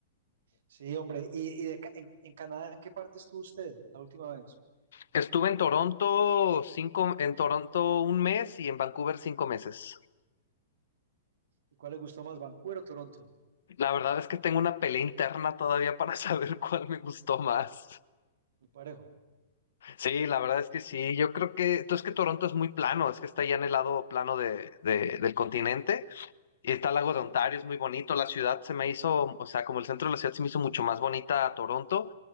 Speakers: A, on the right; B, on the left.
A: Sí, hombre. ¿Y, y de Ca- en, en Canadá, en qué parte estuvo usted la última vez?
B: Estuve en Toronto cinco, en Toronto un mes y en Vancouver cinco meses.
A: ¿Y cuál le gustó más, Vancouver o Toronto?
B: La verdad es que tengo una pelea interna todavía para <laughs> saber cuál me gustó más.
A: Muy parejo.
B: Sí, la verdad es que sí. Yo creo que, entonces que Toronto es muy plano, es que está ya en el lado plano de, de- del continente. Y está el lago de Ontario, es muy bonito. La ciudad se me hizo, o sea, como el centro de la ciudad se me hizo mucho más bonita a Toronto,